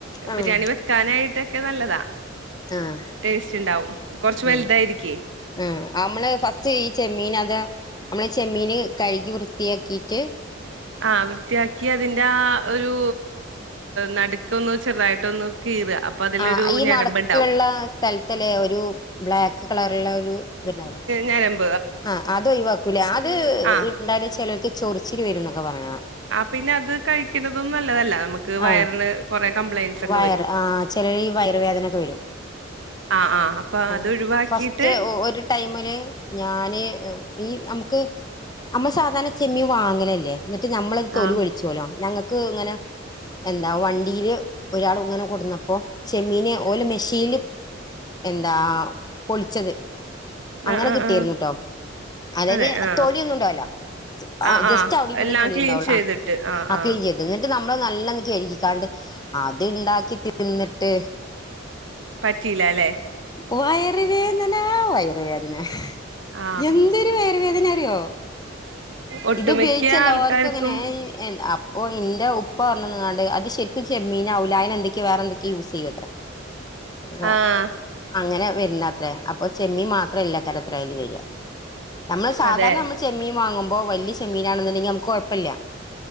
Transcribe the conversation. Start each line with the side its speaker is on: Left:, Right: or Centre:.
Left: ആഹ്
Right: ബിരിയാണി വെക്കാനായിട്ടൊക്കെ നല്ലതാ
Left: ആഹ്
Right: ടേസ്റ്റ് ഉണ്ടാവും കൊറച്ച്
Left: ഉം
Right: വലുതായിരിക്കേ
Left: ആഹ് നമ്മള് ഫസ്റ്റ് ഈ ചെമ്മീൻ അത നമ്മളെ ചെമ്മീന് കഴുകി വൃത്തിയാക്കിയിട്ട്
Right: ആഹ് വൃത്തിയാക്കി അതിന്റെ ആഹ് ഒരു നടുക്കൊന്ന് ചെറുതായിട്ടൊന്ന് കീറ അതിലൊരു
Left: ആഹ് ഈ
Right: ഞരമ്പുണ്ടാവും
Left: നടക്കുള്ള സ്ഥലത്തല്ലേ ഒരു ബ്ലാക്ക് കളറള്ള ഒരു ഇത്ണ്ടാവല്ലോ
Right: ഞരം
Left: ആഹ് അത് ഒഴിവാക്കൂലേ അത്
Right: ആ
Left: ഉണ്ടാലും ചിലർക്ക് ചൊറിച്ചില് വരും എന്നൊക്കെ പറയണം
Right: ആഹ് പിന്നെ അത് കഴിക്കണതും നല്ലതല്ല നമക്ക് വയറിന്
Left: ആ
Right: കൊറെ കംപ്ലൈന്റ്സ് ഒക്കെ
Left: വയറ്
Right: വരും
Left: ആ ചിലര് ഈ വയറുവേദനൊക്കെ വരും
Right: ആഹ് ആഹ് അപ്പൊ
Left: ആ
Right: അത് ഒഴിവാക്കിട്ട്
Left: ഫസ്റ്റ് ഒരു ടൈമില് ഞാന് ഈ നമുക്ക് നമ്മ സാധാരണ ചെമ്മീ വാങ്ങനല്ലേ എന്നിട്ട് നമ്മളത് തൊലി
Right: ആ
Left: പൊളിച്ചോല്ലോ ഞങ്ങൾക്ക് ഇങ്ങനെ എന്താ വണ്ടിയില് ഒരാള് ഇങ്ങനെ കൊടുന്നപ്പോ ചെമ്മീനെ ഓലെ
Right: ഉം
Left: മെഷീയില് എന്താ പൊളിച്ചത് അങ്ങനെ
Right: ആ ആ
Left: കിട്ടിയിരുന്നുട്ടോ
Right: ആ
Left: അതായത്
Right: അതെ ആ
Left: തൊലിയൊന്നും ഉണ്ടാവൂല്ല ആഹ്
Right: ആ
Left: ജസ്റ്റ്
Right: ആ
Left: അവിട വിടിം
Right: എല്ലാം
Left: തൊലി
Right: ക്ലീൻ
Left: ഉണ്ടാവുള്ളൂ
Right: ചെയ്തിട്ട്
Left: ആഹ്
Right: ആ ആ
Left: ക്ലീൻ ചെയ്തണ് നമ്മള് നല്ല കഴുകിക്കാണ്ട് അത്ണ്ടാക്കി തിന്നിട്ട്
Right: പറ്റിയില്ല അല്ലേ
Left: വയറുവേദനാ വയറുവേദനാ
Right: ആ
Left: എന്തൊരു വയറു വേദന അറിയോ
Right: ഒട്ടുമിക്ക
Left: ഇത്പയോഗിച്ചല്ലോർക്കും
Right: ആൾക്കാർക്കും
Left: അങ്ങനെ എന്താ അപ്പൊ ഇന്റെ ഉപ്പ പറഞ്ഞന്ന്ങ്ങാണ്ട് അത് ശരിക്കും ചെമ്മീനാവൂലാ ആയിന് എന്തൊക്കെയ വേറെ എന്തൊക്ക ക്കെ യൂസെയ്യൊത്രേ വ
Right: ആ
Left: അങ്ങനെ വരണാത്രേ അപ്പൊ ചെമ്മി മാത്രല്ല കാരത്രേ അയ്ല് വരാ നമ്മള് സാധാരണ
Right: അതെ
Left: നമ്മള് ചെമ്മീൻ വാങ്ങുമ്പോ വല്ല്യ ചെമ്മീനാണെന്നുണ്ടെങ്കി നമുക്ക് കൊഴ്പ്പില്ല്യ